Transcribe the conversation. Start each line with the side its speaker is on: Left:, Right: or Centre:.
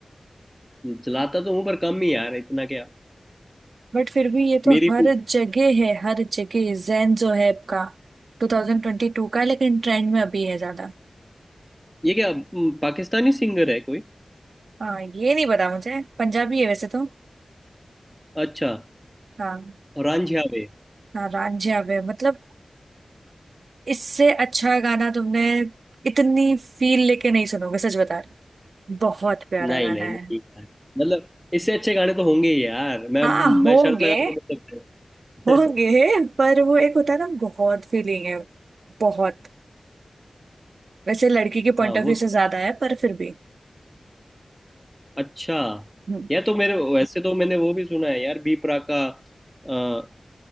Centre: चलाता तो हूँ पर कम ही यार इतना क्या
Right: बट फिर भी ये तो
Centre: मेरी
Right: हर जगह है हर जगह जैन जो है आपका 2022 का है, लेकिन ट्रेंड में अभी है ज्यादा
Centre: ये क्या हम्म, पाकिस्तानी सिंगर है कोई
Right: हाँ ये नहीं पता मुझे पंजाबी है वैसे तो
Centre: अच्छा
Right: हाँ
Centre: रांझिया वे
Right: हाँ रांझा वे मतलब इससे अच्छा गाना तुमने इतनी फील लेके नहीं सुनोगे सच बता रही बहुत प्यारा
Centre: नहीं
Right: गाना
Centre: नहीं
Right: है
Centre: नहीं यार मतलब इससे अच्छे गाने तो होंगे ही यार मैं
Right: हाँ होंगे
Centre: मैं शर्त लगा के बोल सकता
Right: होंगे
Centre: हूँ
Right: पर वो एक होता है ना बहुत फीलिंग है बहुत वैसे लड़की
Centre: <laughs>
Right: के पॉइंट
Centre: हाँ
Right: ऑफ व्यू
Centre: वो तो
Right: से ज्यादा है पर फिर भी
Centre: अच्छा
Right: हम्म,
Centre: यार तो मेरे वैसे तो मैंने वो भी सुना है यार बी प्राक का अ,